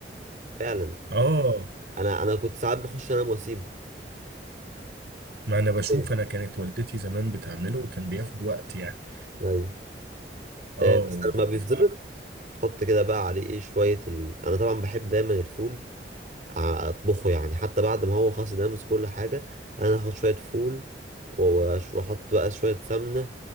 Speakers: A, on the right; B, on the right.
A: فعلا
B: اه
A: انا انا كنت ساعات بخش انام واسيبه
B: ما انا بشوف
A: ايوه
B: انا كانت والدتي زمان بتعمله وكان بياخد وقت يعني
A: ايوه
B: اه
A: آه، بس
B: و-
A: لما بيتظبط
B: ف
A: حط كده بقى عليه ايه شوية ال... انا طبعا بحب دايما الفول ع- اطبخه يعني حتى بعد ما هو خلاص دامس كل حاجة انا هاخد شوية فول وأش- واحط بقى شوية سمنة